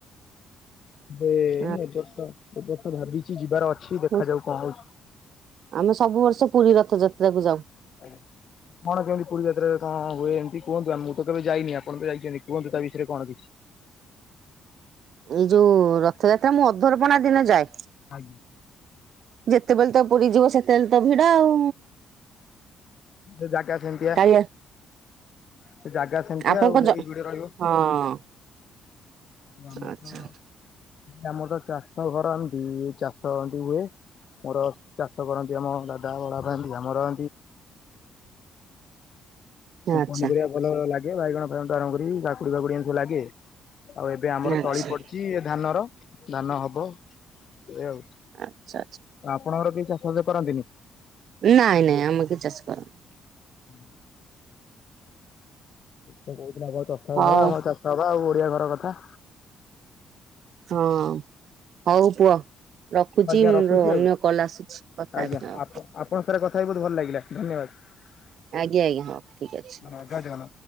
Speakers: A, on the left; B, on the right.
A: ଏ
B: ଆଚ୍ଛା
A: ଏ ବର୍ଷ ଏବେ ତ ଭାବିଛି ଯିବାର ଅଛି ଦେଖାଯାଉ
B: ହ
A: କଣ ହଉଛି।
B: ଆମେ ସବୁ ବର୍ଷ ପୁରୀ ରଥଯାତ୍ରା କୁ ଯାଉ।
A: ହୁଁ କଣ କେମିତି ପୁରୀ ଯାତ୍ରାରେ କଣ ହୁଏ ଏମିତି କୁହନ୍ତୁ ମୁଁ ତ କେବେ ଯାଇନି ଆପଣ ତ ଯାଇଚନ୍ତି କୁହନ୍ତୁ ତା ବିଷୟରେ କଣ କିଛି
B: ଏଇ ଯୋଉ ରଥଯାତ୍ରା ମୁଁ ଅଧର୍ପଣା ଦିନ ଯାଏ।
A: ଆଜ୍ଞା।
B: ଯେତେବେଳେ ତ ପୁରୀ ଯିବ ସେତେବେଳେ ତ ଭିଡ ଆଉ।
A: ସେ ଜାଗା ସେମିତିଆ।
B: କାଳିଆ
A: ସେ ଜାଗା ସେମିତିଆ
B: ଆପଣଙ୍କ
A: ଆଉ ସେଠୀ
B: ଜ
A: ଯିଏ ରହିବ
B: ହଁ ଆଚ୍ଛା
A: ବାମ
B: ଆଚ୍ଛା
A: ତ ବାମ ତ ଚା ମୋ ଘର ଏମିତି ଚାଷ ଏମତି ହୁଏ। ମୋର ଚାଷ ବରାଦି କାମ ଦାଦା ବଡବାପା ଏମିତୀ ଗ୍ରାମର
B: ଆଚ୍ଛା।
A: ପନିପରିବା ଭଲ ଲାଗେ ବାଇଗଣ ଫାଇଗଣ ଠୁ ଆରମ୍ଭ କରି କାକୁଡି ଫାକୁଡି ଲାଗେ। ଆଉ ଏବେ ଆମର
B: ଆଚ୍ଛା
A: ତଳି ପଡିଚି ଧାନର ଧାନ ହବ ଏ ଆଉ
B: ଆଚ୍ଛା
A: ଆପଣଙ୍କର କେହି ଚାଷବାଷ କରନ୍ତିନି
B: ନାଇଁ ନାଇଁ ଆମ କେ ଚାଷ କରନ୍ତି
A: ହୁଁ ତ କହୁଥିଲ ଆମର ଦଶଟା
B: ହଉ
A: ଘର ଆମର <unintelligible> ଆଉ ବଡିଆ ଘର କଥା।
B: ହଁ ହଉ ପୁଅ। ରଖୁଛି
A: ମୁଁ ଆଜ୍ଞା
B: ମୋର
A: ରଖୁଛି
B: ଅନ୍ୟ
A: ଆଉ
B: କଲ୍ ଆସୁଛି କଥା
A: ଆଜ୍ଞା
B: ହେବି ଆଉ
A: ଆପ ଆପଣଙ୍କ ସାଙ୍ଗରେ କଥା ହେଇକି ବହୁତ ଭଲ ଲାଗିଲା। ଧନ୍ୟବାଦ।
B: ଆଜ୍ଞା ଆଜ୍ଞା ହଁ ଠିକ ଅଛି।
A: ଧନ୍ୟବାଦ ଜୟ ଜଗନ୍ନାଥ।